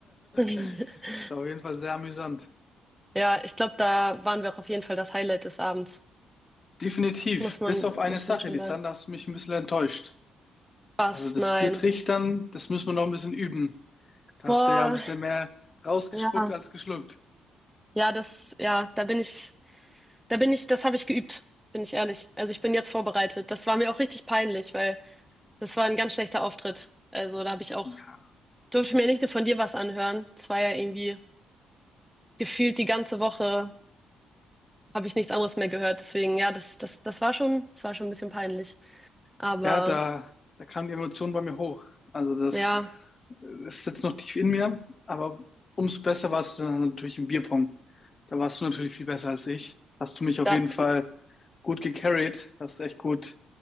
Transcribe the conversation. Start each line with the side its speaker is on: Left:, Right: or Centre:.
Centre: <laughs>
Left: <laughs> Das war auf jeden Fall sehr amüsant.
Centre: Ja, ich glaube, da waren wir auch auf jeden Fall das Highlight des Abends.
Left: Definitiv.
Centre: Das muss man,
Left: Bis auf eine
Centre: muss
Left: Sache,
Centre: man schon
Left: Lisander,
Centre: sagen.
Left: hast du mich ein bisschen enttäuscht.
Centre: Was?
Left: Also das
Centre: Nein.
Left: Biertrichtern, das müssen wir noch ein bisschen üben. Da
Centre: Boah,
Left: hast du ja ein bisschen mehr rausgespuckt
Centre: ja.
Left: als geschluckt.
Centre: Ja, das, ja, da bin ich, da bin ich, das habe ich geübt, bin ich ehrlich. Also ich bin jetzt vorbereitet. Das war mir auch richtig peinlich, weil das war ein ganz schlechter Auftritt. Also da habe ich auch,
Left: Ja.
Centre: durfte ich mir nicht nur von dir was anhören. Es war ja irgendwie gefühlt die ganze Woche habe ich nichts anderes mehr gehört. Deswegen, ja, das, das, das war schon, das war schon ein bisschen peinlich. Aber
Left: Ja, da, da kam die Emotion bei mir hoch. Also das
Centre: ja,
Left: äh, ist jetzt noch tief in mir, aber umso besser warst du dann natürlich im Bierpong. Da warst du natürlich viel besser als ich. Hast du mich auf
Centre: da,
Left: jeden Fall gut gecarried. Das ist echt gut,